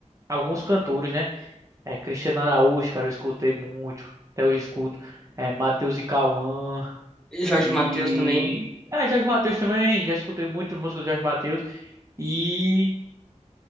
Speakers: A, on the right; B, in the centre.
A: alguns cantores, né? É, Cristiano Araújo, cara, eu escutei muito. Até hoje eu escuto. É, Matheus e Cauã.
B: E Jorge
A: E.
B: Mateus também,
A: É, Jorge Mateus também. Já escutei muito música do Jorge Mateus. E.